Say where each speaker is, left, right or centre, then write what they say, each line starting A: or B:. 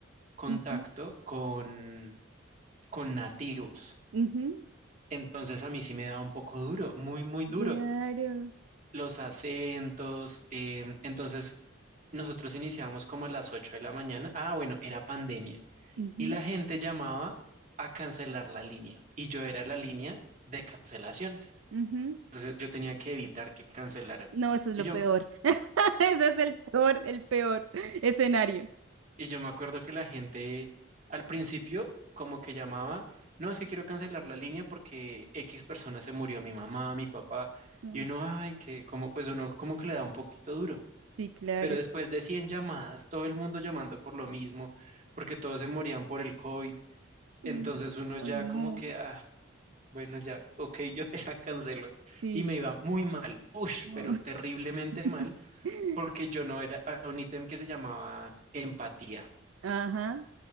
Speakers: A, on the right (about 35°); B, on the right (about 80°).
A: contacto
B: Ujú,
A: con con nativos.
B: ujú,
A: Entonces a mí sí me da un poco duro, muy, muy duro.
B: claro.
A: Los acentos, em, entonces nosotros iniciábamos como a las 8 de la mañana. Ah, bueno, era pandemia.
B: ujú,
A: Y la gente llamaba a cancelar la línea. Y yo era la línea de cancelaciones.
B: ujú.
A: Entonces yo tenía que evitar que cancelaran.
B: No, eso es
A: Y
B: lo
A: yo,
B: peor. <laughs> Ese es el peor, el peor escenario.
A: Y yo me acuerdo que la gente al principio como que llamaba, no, es que quiero cancelar la línea porque X persona se murió, mi mamá, mi papá,
B: Mm,
A: y uno, ay, que como, pues uno como que le da un poquito duro.
B: Sí, claro.
A: Pero después de 100 llamadas, todo el mundo llamando por lo mismo, porque todos se morían por el COVID,
B: Mm,
A: entonces uno
B: Ay,
A: ya como
B: no.
A: que, ah, bueno, ya, ok, <laughs> yo te la cancelo.
B: Sí.
A: Y me iba muy mal, uff,
B: no.
A: pero terriblemente
B: <laughs>
A: mal, porque yo no era, había un ítem que se llamaba empatía.
B: Ajá,